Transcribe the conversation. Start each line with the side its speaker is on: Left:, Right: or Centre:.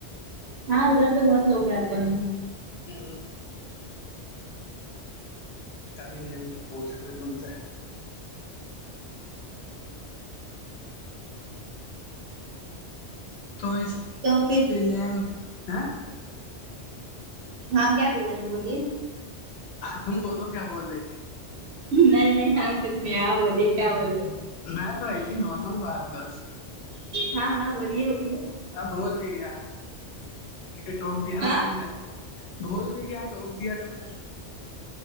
Right: ہاں ادھر تو بہت لوگ رہتے ہیں
Left: ہ تبھی ہم پوچ رہے ہیں تم سے تو
Right: تو
Left: اس
Right: پھر
Left: کے <unintelligible>
Right: ہاں کیا بول رہے تھے بولیے
Left: تم بولو کیا بول رہے تھے
Right: نہیں نہیں ہم کچھ نہیں آپ بولی کیا بولے
Left: میں تو آئسی نارمل بات بس
Right: ہاں ہاں بولیے بولیے
Left: آب بھول بھی گیا کیوں کہ ٹوک دیا
Right: ہاں
Left: نا تم نے بھول بھی کیا ٹوک دیا تم نے